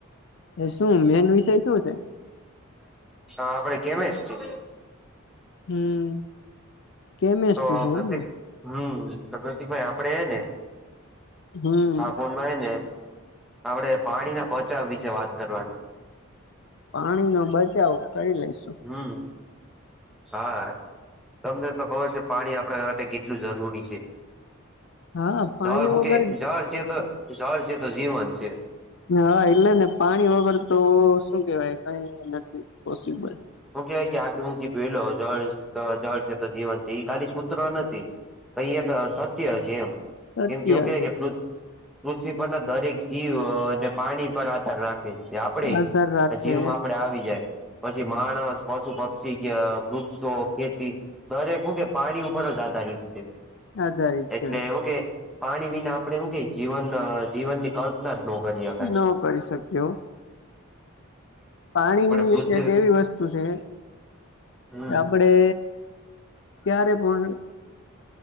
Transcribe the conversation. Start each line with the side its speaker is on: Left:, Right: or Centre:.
Left: એ શું, મેન વિષય શું છે?
Centre: હ આપડે કેમેસ્ટ્રી
Left: હમ કેમેસ્ટ્રી
Centre: તો
Left: છે
Centre: પ્રતિક
Left: એમને
Centre: હમ તો પ્રતિકભાઈ આપડે ને
Left: હમ
Centre: આપો ને આપડે પાણી ના બચાવ વિશે વાત કરવાની
Left: પાણી નો બચાવ કરી લઈશુ
Centre: હમ્મ હા તમને તો ખબર છે પાણી આપણા માટે કેટલું જરૂરી છે.
Left: હા પાણી
Centre: જળ હું
Left: વગર
Centre: કે જળ છે તો જળ છે તો જીવન છે.
Left: હા, એટલે ને પાણી વગર તો શું કેહેવાય કઈ નથી પોસિબલ.
Centre: હું કેહેવાય કે આગ હું ભલો જળ જળ છે, તો જીવન છે એ ખાલી સૂત્ર નથી. કઈ એક સત્ય છે એમ.
Left: સત્ય
Centre: એમ કેવું કે
Left: છે
Centre: કે પૃ્ પૃથ્વી પરના દરેક જીવ અને પાણી પર આધાર રાખે છે. આપદેય
Left: આધાર રાખે
Centre: જીવમાં આપડે આવી જાય. પછી માણસ, પશુ પક્ષી, વૃક્ષો, ખેતી દરેક હું કે પાણી ઉપર જ આધારિત છે.
Left: આધારિત
Centre: એટલે
Left: છે
Centre: એવું કે પાણી વિના આપણે શું કે જીવન જીવનની ક લ્પના ના જ નો કરી હકાય.
Left: ન કરી શક્યો પાણી
Centre: પૃથ્વી
Left: એક એવી વસ્તુ છે.
Centre: હમ
Left: આપણે ક્યારે પણ